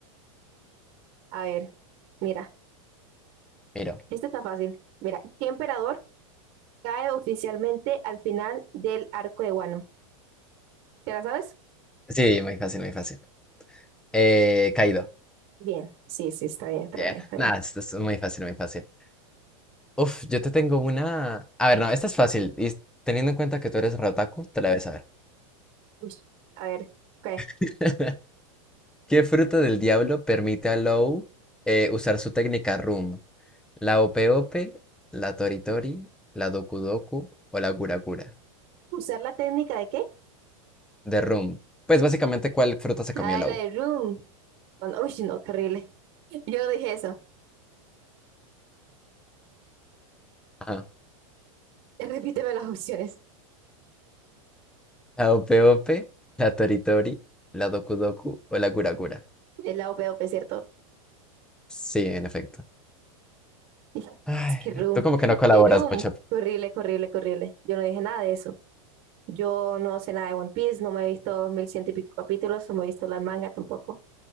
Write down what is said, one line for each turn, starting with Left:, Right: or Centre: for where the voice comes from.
Right: A ver, mira,
Centre: Miro.
Right: este está fácil. Mira, ¿qué emperador cae oficialmente al final del arco de Wano? ¿Te la sabes?
Centre: Sí, muy fácil, muy fácil. Eh, Kaido.
Right: Bien, sí, sí, está bien, está
Centre: Bien.
Right: bien, está bien.
Centre: Nada, esto es muy fácil, muy fácil. Uf, yo te tengo una. A ver, no, esta es fácil. Y teniendo en cuenta que tú eres Rotaku, te la debes saber.
Right: Uy, a ver, ok.
Centre: <laughs> ¿Qué fruta del diablo permite a Low eh, usar su técnica Room? ¿La Ope Ope, la Tori Tori, la Doku Doku o la Gura Gura?
Right: ¿Usar la técnica de qué?
Centre: De Room. Pues básicamente, ¿cuál fruta se
Right: Ah,
Centre: comió Low?
Right: la de Room. Cuando, uy, no, qué horrible. <laughs> Yo no dije eso.
Centre: Ajá.
Right: <laughs> Repíteme las opciones.
Centre: ¿La Ope Ope, la Tori Tori, la Doku Doku o la Gura Gura?
Right: Es la OP, OP, ¿cierto?
Centre: Sí, en efecto.
Right: <laughs>
Centre: Ay,
Right: Es que Room,
Centre: tú como que no colaboras
Right: que Room.
Centre: mucho.
Right: Qué Horrible, qué horrible, qué horrible. Yo no dije nada de eso. Yo no sé nada de One Piece, no me he visto mil ciento y pico capítulos, no me he visto la manga tampoco.